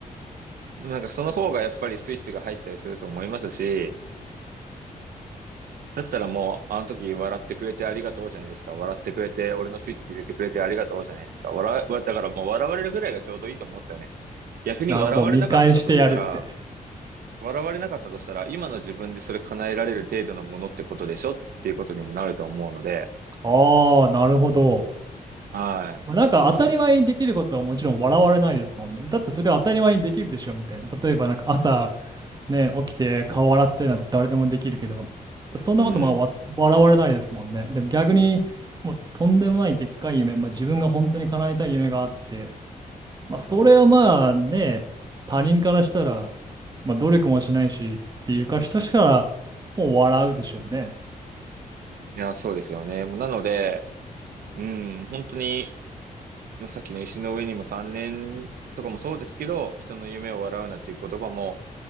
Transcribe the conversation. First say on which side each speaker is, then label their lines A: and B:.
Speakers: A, on the right; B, on the right.
A: でもなんかその方がやっぱりスイッチが入ったりすると思いますし、だったらもう、あの時笑ってくれてありがとうじゃないですか。笑ってくれて、俺のスイッチ入れてくれてありがとうじゃないですか。笑う、だからもう笑われるぐらいがちょうどいいと思うんですよね。逆に笑われなかったとしたら、
B: なるほど。見返してやるって。
A: 笑われなかったとしたら、今の自分でそれ叶えられる程度のものってことでしょっていうことにもなると思うので、
B: ああ、なるほど。
A: はい。
B: まあ、なんか当たり前にできることはもちろん笑われないですもんね。
A: あん、
B: だってそれは当たり前にできるでしょみたいな。例えばなんか朝ね、起きて顔洗ってなんて誰でもできるけど、そんなことまあわ笑われないですもんね。
A: うん。
B: でも逆にもうとんでもないでっかい夢、まあ、自分が本当に叶えたい夢があって、まあ、それはまあね、他人からしたら、まあ、努力もしないしっていうか、人しからもう笑うでしょうね。
A: いや、そうですよね。なので、うん、本当に、まあ、さっきの石の上にも3年とかもそうですけど、人の夢を笑うなっていう言葉も、